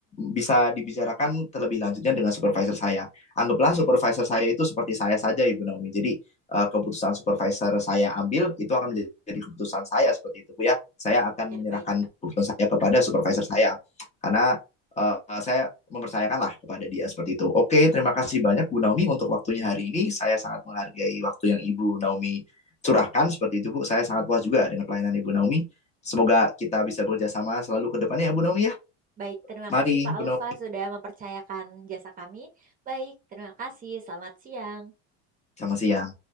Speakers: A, on the left; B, on the right.
A: bisa dibicarakan terlebih lanjutnya dengan supervisor saya. Anggaplah
B: Ya,
A: supervisor saya itu seperti saya saja Ibu Naomi. Jadi uh, keputusan supervisor saya ambil itu akan menjadi keputusan saya seperti itu bu ya saya akan
B: ya,
A: menyerahkan
B: baik.
A: keputusan saya kepada supervisor saya karena uh, saya mempercayakanlah kepada dia seperti itu oke terima kasih banyak bu Naomi untuk waktunya hari ini saya sangat menghargai waktu yang ibu Naomi curahkan seperti itu bu saya sangat puas juga dengan pelayanan ibu Naomi semoga kita bisa bekerja sama selalu ke depannya ya bu Naomi ya
B: Baik, terima
A: mari
B: kasih Pak
A: bu
B: Aufa
A: Naomi
B: sudah mempercayakan jasa kami. Baik, terima kasih. Selamat siang.
A: selamat siang